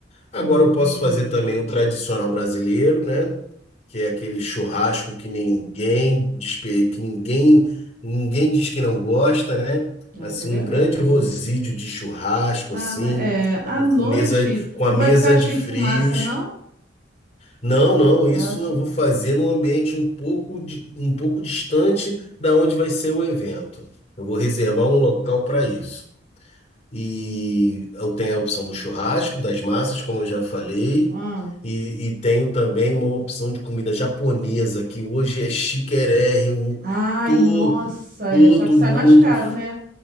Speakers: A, on the left; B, on the right.
A: Agora
B: Hum.
A: eu posso fazer também o tradicional brasileiro, né? Que é aquele churrasco que ninguém, despe- que ninguém, ninguém diz que não gosta, né?
B: Ah,
A: Assim,
B: isso é verdade,
A: um grande rosídio
B: né?
A: de churrasco,
B: Ah,
A: assim,
B: mas é, à noite
A: com mesa, com a
B: não
A: mesa
B: vai ficar
A: de
B: cheio
A: frios.
B: de fumaça, não?
A: Não, não,
B: Espaço.
A: isso eu vou fazer num ambiente um pouco, di- um pouco distante da onde vai ser o evento. Eu vou reservar um local para isso. E eu tenho a opção do churrasco, das massas, como eu já falei.
B: Ah.
A: E, e tenho também uma opção de comida japonesa, que hoje é chiquérrimo.
B: Ai,
A: Todo,
B: nossa, é.
A: todo
B: Só que sai
A: mundo.
B: mais caro, né?